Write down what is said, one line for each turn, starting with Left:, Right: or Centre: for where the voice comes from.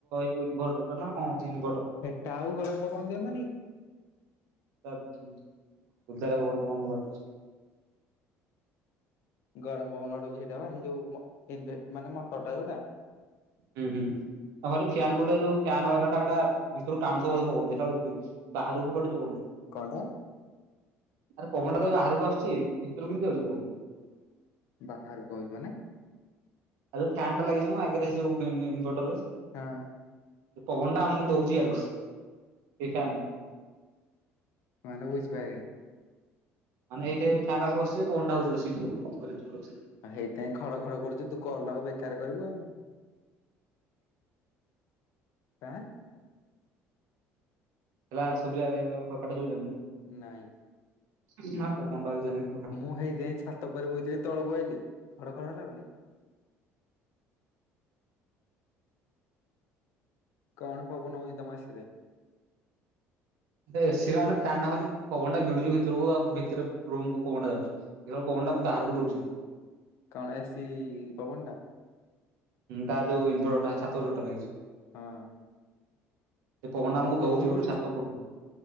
Right: ଯଉଇଭର୍ଟର ଟା ନା କଣଉ ଇନଭଟର।
Left: ତା ଆଉ ଘରରେ ପବନ ଦିଅନ ନାଇଁ।
Right: ଧ କନ ବନ କଟୁଛି <unintelligible>
Left: ଗରମ ପବନଡ ଯଟା ବାଇ ଯୋଉ ମାନେ ମଟରଟା ଯୋଉଟା
Right: ହୁଁ ହୁଁ ଆଉ ଫାନ ପୋଟେ ଯୋଉ ଫନ୍ ବାଲା ଟା ସେଟା ଭିତରୁ ଟାଣୁଥିବ ସେ ପବନ ଦେଖିଲାବେଳକୁ ବାହାରକୁ ପଡୁଥିବ।
Left: କଣ ଟା?
Right: ଆରେ ପବନଟା ତ ଏ ବାହାରକୁ ଆସୁଛି ଭିତକୁ କେିତି ଯାଉଛି ପବନା।
Left: ବାହାରକୁ ହେଇଛି ମାନେ
Right: ଆଉ ଫ୍ୟାନ ଟା ଲାଗିଚି ମୁଁ ଆଗରେ ଏ ଯୁ ଇନଭର୍ଟରରେ
Left: ହଁ।
Right: ପବନ ଟା ଆମକୁ ଦଉଛି ଇଆଡୁ ଏଫ୍ୟାନ
Left: ମାନେ ବୁଝିପାଇ
Right: ମାନେ ଏଇଠି ଫ୍ୟାନ୍ ପାଖରେ ବସିଛି ପବନ ଟା ହଉଛି ବସିଛୁ।
Left: ଆଉ ହେଇଥିାପାଇଁ ଖଡ ଖଡ କରୁଛୁ ତୁ କଲଟାକୁ ବେକାର କରିବୁ ଆଉ। ଆଁ।
Right: ଏଲା ଶ ସୁଭିଟ ଶୁଭିନ <unintelligible>
Left: ନାଇଁ।
Right: ଇ ମା ପବନ ଟା ବାଜିଲାଣି।
Left: ମୁଁ ହେଇଥି ପାଇଁ ଛାତ ଉପରେ ବଇଥିଲି ତଳକୁ ଆଇଲି ଖଡ ଖଡ଼ ହେଲା ବୋଲି। କଣ ପବନ ହଉଛି ତମ ଏସିରେ?
Right: ଏସି ରେ ମାନେ ଫ୍ୟନ୍ ନହେଲେ ପବନ ଟା ଭିଡୁଛି ଭିତରକୁ ଆଉ ଭିତରେ ରୁମ କୁ ପବନ ଟା ଯାଉଛି। ଧିର ପବନ ଟା ବାହାରକୁ ଦଉଛି।
Left: କଣ ଏସି ପବନ ଟା।
Right: ତା ଯୋଉ ଇନଭେଟର ଟା ଛାତ ଉପରେ ଯୋଉଟା ଲାଗିଛି।
Left: ହଁ।
Right: ସେ ପବନ
Left: ସେଠୁ
Right: ଆମକୁ
Left: କୋଉଠୁ
Right: ଦଉଛି ଗୋଟେ
Left: ଭିଡୁଛି
Right: ଛାତ ଉପରୁ